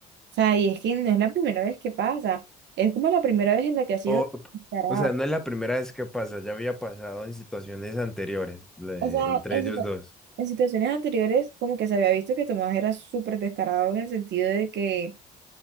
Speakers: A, on the right; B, in the centre.
A: sea, y es que no es la primera vez que pasa. Es como la primera vez en la que ha sido
B: O,
A: descarado.
B: o sea, no es la primera vez que pasa, ya había pasado en situaciones anteriores, le-
A: O sea,
B: entre
A: en,
B: ellos
A: situ-
B: dos.
A: en situaciones anteriores como que se había visto que Tomás era súper descarado en el sentido de que